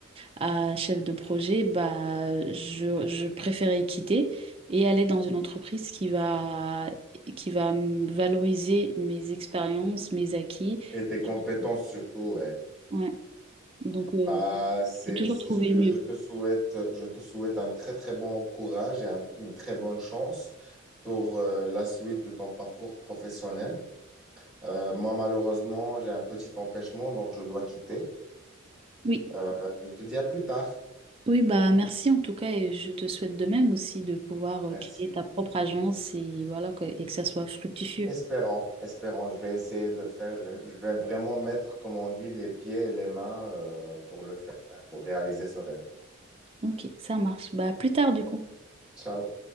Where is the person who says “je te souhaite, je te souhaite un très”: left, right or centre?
Centre